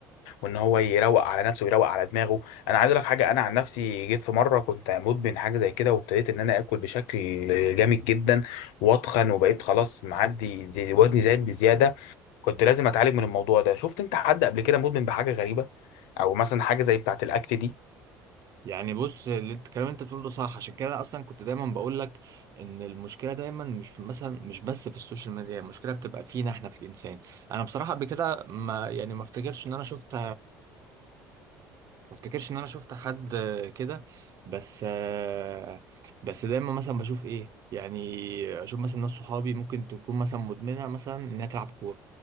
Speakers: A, on the left (about 85°); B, on the right (about 50°).
A: وان هو يروق على نفسه ويروق على دماغه انا عايز اقول لك حاجه انا عن نفسي جيت في مره كنت مدمن حاجه زي كده وابتديت ان انا اكل بشكل جامد جدا واتخن وبقيت خلاص معدي زي وزني زايد بزياده كنت لازم اتعالج من الموضوع ده شفت انت حد قبل كده مدمن بحاجه غريبه او مثلا حاجه زي بتاعه الاكل دي
B: يعني بص اللي انت الكلام اللي انت بتقوله ده صح عشان كده انا اصلا كنت دايما بقول لك ان المشكله دايما مش في مثلا مش بس في السوشيال ميديا هي المشكله بتبقى فينا احنا في الانسان انا بصراحه قبل كده ما يعني ما افتكرش ان انا شفت ما افتكرش ان انا شفت حد آه، كده بس آه، بس دايما مثلا بشوف ايه يعني اشوف مثلا ناس صحابي ممكن تكون مثلا مدمنه مثلا انها تلعب كوره